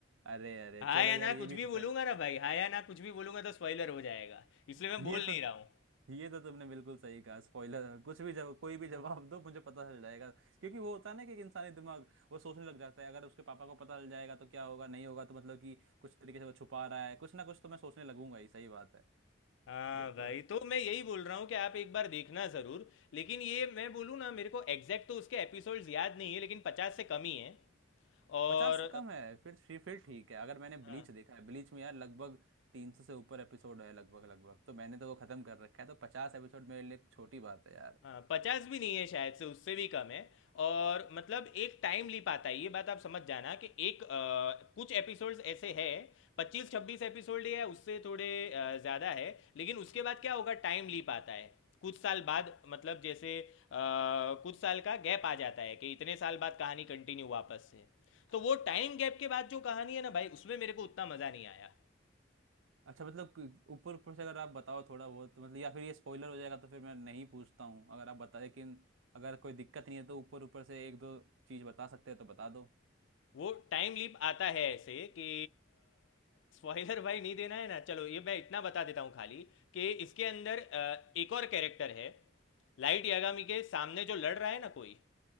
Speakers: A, on the right (about 80°); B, on the left (about 75°).
A: अरे अरे
B: हाँ
A: चलो
B: या
A: यार
B: ना
A: ये
B: कुछ
A: भी
B: भी
A: था
B: बोलूंगा
A: सही
B: ना भाई हाँ या ना कुछ भी बोलूंगा तो स्पॉइलर हो जाएगा इसलिए
A: <laughs>
B: मैं
A: ये
B: बोल नहीं
A: तो
B: रहा हूँ
A: ये तो तुमने बिल्कुल सही कहा स्पॉइलर कुछ भी जवाब कोई भी जवाब दो मुझे पता चल जाएगा क्योंकि वो होता है ना कि एक इंसानी दिमाग वो सोचने लग जाता है अगर उसके पापा को पता चल जाएगा तो क्या होगा नहीं होगा तो मतलब कि कुछ तरीके से वो छुपा रहा है कुछ ना कुछ तो मैं सोचने लगूंगा ही सही बात है
B: हाँ
A: ये तो
B: भाई
A: है
B: तो मैं यही बोल रहा हूँ कि आप एक बार देखना ज़रूर लेकिन ये मैं बोलूँ ना मेरे को एग्जैक्ट तो उसके एपिसोड्स याद नहीं है लेकिन पचास से कम ही है और
A: पचास से कम है फिर फिर फिर ठीक है अगर मैंने
B: हाँ
A: ब्लीच देखा है ब्लीच में यार लगभग तीन सौ से ऊपर एपिसोड है लगभग लगभग तो मैंने तो वो खत्म कर रखा है तो पचास एपिसोड मेरे लिए एक छोटी बात है यार
B: हाँ पचास भी नहीं है शायद से उससे भी कम है और मतलब एक टाइम ली पाता है ये बात आप समझ जाना कि एक अ, कुछ एपिसोड्स ऐसे हैं पच्चीस छब्बीस एपिसोड या उससे थोड़े अ, ज़्यादा है लेकिन उसके बाद क्या होगा टाइम ली पाता है कुछ साल बाद मतलब जैसे अ, कुछ साल का गैप आ जाता है कि इतने साल बाद कहानी कंटिन्यू वापस से तो वो टाइम गैप के बाद जो कहानी है ना भाई उसमें मेरे को उतना मज़ा नहीं आया
A: अच्छा मतलब क- ऊपर ऊपर से अगर आप बताओ थोड़ा बहुत तो मतलब या फिर ये स्पॉइलर हो जाएगा तो फिर मैं नहीं पूछता हूँ अगर आप बता लेकिन अगर कोई दिक्कत नहीं है तो ऊपर ऊपर से एक दो चीज़ बता सकते हो तो बता दो
B: वो टाइम लीप आता है ऐसे कि स्पॉइलर भाई नहीं देना है ना चलो ये मैं इतना बता देता हूँ खाली कि इसके अंदर अ, एक और कैरेक्टर है लाइट यागामी के सामने जो लड़ रहा है ना कोई